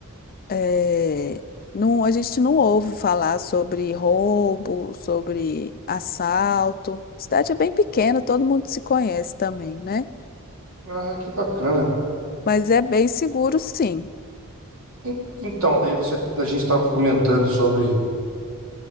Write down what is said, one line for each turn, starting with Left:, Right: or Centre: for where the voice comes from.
Left: É, não, a gente não ouve falar sobre roubo, sobre assalto. A cidade é bem pequena, todo mundo se conhece também, né?
Right: Ah, que bacana.
Left: Mas é bem seguro, sim.
Right: En- Então, daí você, a gente estava comentando sobre